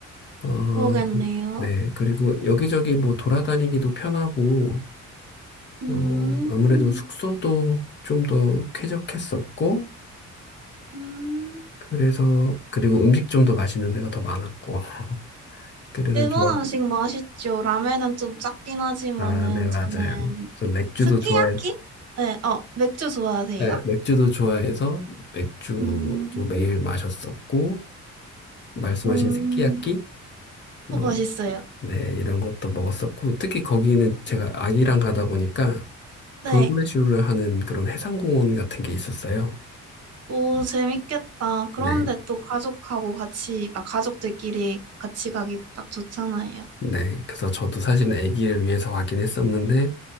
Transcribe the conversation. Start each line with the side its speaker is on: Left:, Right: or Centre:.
Left: 어
Right: 그러겠네요.
Left: 그, 네 그리고 여기저기 뭐 돌아다니기도 편하고
Right: 음,
Left: 어 아무래도 숙소도 좀 더 쾌적했었고
Right: 음.
Left: 그래서 그리고 음식 좀 더 맛있는 데가 더 많았고 <laughs> 그래서
Right: 일본
Left: 좋았
Right: 음식 맛있죠. 라면은 좀 작긴 하지만은
Left: 아 네 맞아요
Right: 저는
Left: 저 맥주도
Right: 스키야키?
Left: 좋아해
Right: 네, 어, 맥주 좋아하세요?
Left: 네, 맥주도 좋아해서 맥주도
Right: 음,
Left: 매일 마셨었고 말씀하신
Right: 음,
Left: 스키야키 뭐,
Right: 어, 맛있어요.
Left: 네, 이런 것도 먹었었고, 특히 거기는 제가 아기랑 가다 보니까
Right: 네,
Left: 돌고래쇼를 하는 그런 해상공원 같은 게 있었어요.
Right: 오, 재밌겠다. 그런데
Left: 네,
Right: 또 가족하고 같이, 가 가족들끼리 같이 가기 딱 좋잖아요.
Left: 네. 그래서 저도 사실은 아기를 위해서 가긴 했었는데,